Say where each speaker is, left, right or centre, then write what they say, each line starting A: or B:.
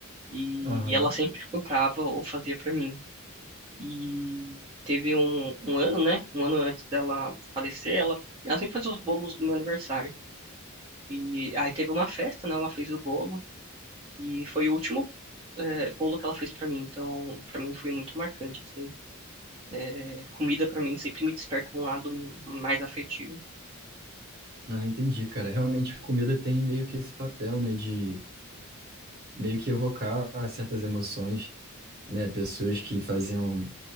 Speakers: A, on the right; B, on the right.
A: E,
B: Aham.
A: e ela sempre comprava ou fazia pra mim. E teve um, um ano, né? Um ano antes dela falecer, ela, ela sempre fazia os bolos do meu aniversário. E aí teve uma festa, né? Ela fez o bolo. E foi o último, eh, bolo que ela fez pra mim. Então, pra mim foi muito marcante, assim. É, comida pra mim sempre me desperta um lado mais afetivo.
B: Ah, entendi, cara. Realmente, a comida tem meio que esse papel, né, de meio que evocar certas emoções né? Pessoas que faziam